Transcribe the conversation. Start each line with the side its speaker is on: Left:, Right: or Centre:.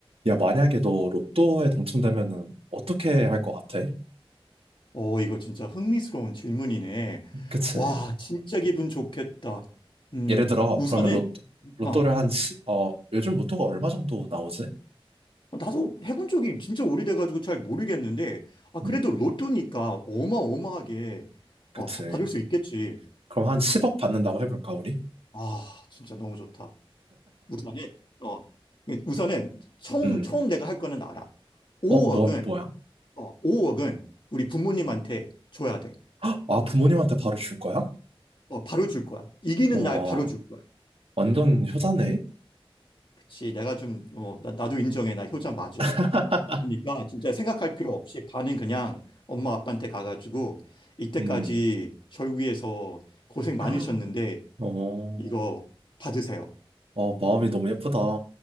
Right: 야, 만약에 너 로또에 당첨되면은 어떻게 할 것 같아?
Left: 어, 이거 진짜 흥미스러운 질문이네.
Right: 그치?
Left: 와, 진짜 기분 좋겠다. 음,
Right: 예를 들어,
Left: 우선은,
Right: 그러면 로또, 로또를
Left: 아,
Right: 한, 시, 어, 요즘 로또가 얼마 정도 나오지?
Left: 나도 해본 적이 진짜 오래돼가지고 잘 모르겠는데, 아, 그래도
Right: 음,
Left: 로또니까 어마어마하게,
Right: 그치.
Left: 어, 바- 받을 수 있겠지.
Right: 그럼 한 10억 받는다고 해볼까, 우리?
Left: 아, 진짜 너무 좋다. 우선은, 어, 우선은 처음,
Right: 음,
Left: 처음 내가 할 거는 알아. 5억은,
Right: 어, 뭐, 뭐야?
Left: 어, 5억은 우리 부모님한테 줘야 돼.
Right: 아, 부모님한테 바로 줄 거야?
Left: 어, 바로 줄 거야. 이기는
Right: 와,
Left: 날 바로 줄 거야.
Right: 완전 효자네?
Left: 그치, 내가 좀, 어, 나, 나도 인정해. 나 효자 맞아.
Right: <laughs>
Left: 그러니까 진짜 생각할 필요 없이 반은 그냥 엄마 아빠한테 가가지고 이때까지
Right: 음,
Left: 절 위해서 고생 많으셨는데
Right: <gasps> 어,
Left: 이거 받으세요.
Right: 어, 마음이 너무 예쁘다.